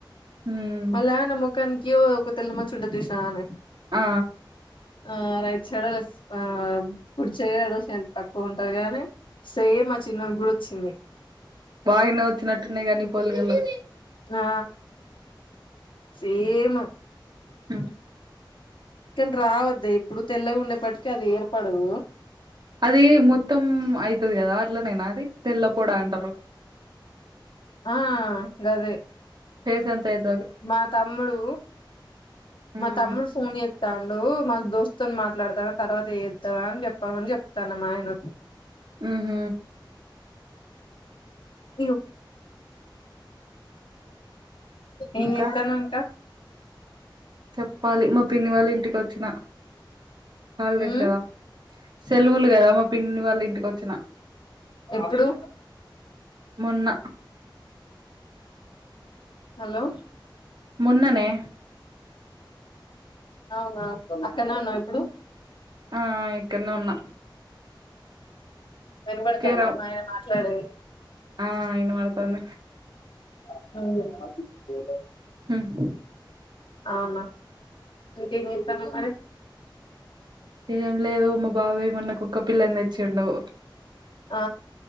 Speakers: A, on the right; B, on the left.
A: ఉమ్
B: మళ్ళా నా ముఖానికి ఒక తెల్ల మచ్చ ఉంటది చూసినవానే
A: ఆ
B: ఆ రైట్ సైడ్ లఫ్ట్ కుడి చేయి పక్క ఉ ఉంటది కానీ సేమ్ మా చిన్నోడికి కూడా వచ్చింది
A: బాగానే వచ్చినట్టున్నాయి నీ పోలికలు
B: ఆ సేమ్
A: ఆ
B: కానీ రావద్దు ఇప్పుడు తెల్లగా ఉండేప్పటికే అది ఏర్పడదు
A: అది మొత్తం అయితది కదా అట్లనేనా అది తెల్లపూడా అంటారు
B: ఆ గదే
A: ఫేస్ అం అంతైత్
B: మా తమ్ముడూ
A: ఉమ్
B: మా తమ్ముడు ఫోన్ చే తాండూ మా దోస్త్తోన్ మాట్లాడతాన్న తర్వాత చేత్తవా అన్ చెప్పామని చెప్తాన్న మా ఆయనకు
A: మ్ హ్
B: అయ్యో ఏం
A: ఇంకా
B: చేత్తాన్నవ్ ఇంట్ల
A: చెప్పాలి మా పిన్ని వాళ్ళింటికి వచ్చిన హాలిడేస్
B: ఉమ్
A: కదా సెలవుల్ కదా మా పిన్ని వాళ్ళింటికొచ్చిన
B: ఎప్పుడు?
A: మొన్న
B: హలో!
A: మొన్ననే
B: అవునా అక్కనే ఉన్నవ ఇప్పుడు
A: ఆ ఇకన్న ఉన్న.
B: వినబడ్తాందా
A: రా
B: మా ఆయన మాట్లాడేది
A: ఆ ఇనబడ్తాంది.
B: మ్
A: ఉమ్,
B: అవున ఇంకేం చేత్తాన్నవ్ మరి
A: ఏం లేదు మా బాబాయ్ మొన్న కుక్క పిల్లన్ తెచ్చిండు.
B: ఆ